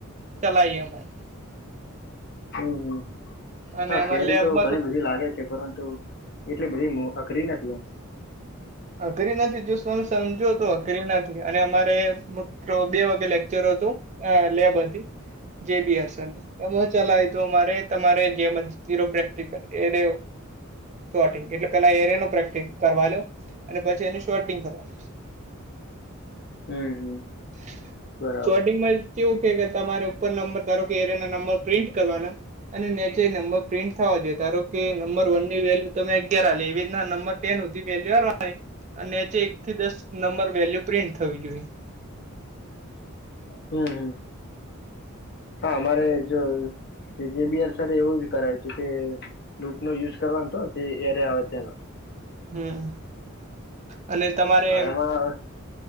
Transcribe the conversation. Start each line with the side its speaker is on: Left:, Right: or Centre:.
Right: ચલાઈએ અમાઈ
Left: હુંમમ.
Right: અને
Left: હા
Right: અમારે
Left: શેરી
Right: લેબમાં
Left: તો ઘણી બધી લાગે છે, પરંતુ એટલી બધી અઘરી નથી આ
Right: અધરી નથી જો તમ સમજો તો કરી નથી અને અમારે બે વાગે લેકચર હતું, હ લેબ હતી, જે બીયાસર. એમાં ચલાય તો મારે તમારે <unintelligible> પ્રેક્ટિકલ એ દેવું, શોટિંગ એટલે પેલા એ <unintelligible> પ્રેક્ટિસ કરવા લો અને પછી એનું શોર્ટિંગ કરવાનું <unintelligible>
Left: હમ હમ
Right: <unintelligible>
Left: બરાબર
Right: કેવું કે તમારે ઉપર નંબર ધારો કે એરિયા ના નંબર પ્રિન્ટ કરવાના અને નેચે નંબર પ્રિન્ટ થવા જોઈએ, હ તારો કે નંબર વન ની વેલ્યુ તમે અગિયાર આલી એવી રીતના નં ટેન હુધી વેલ્યુવા <unintelligible> અને એક થી દસ નંબર વેલ્યુ પ્રિન્ટ થવી જોએ
Left: હમ હમ. હા અમારે જો જે બીઆર સર એવું જ કરાય હતું કે લૂપનો યુઝ કરવાનો તો તે એરે આવે તેનો
Right: હમ અને તમારે
Left: હા, એમાં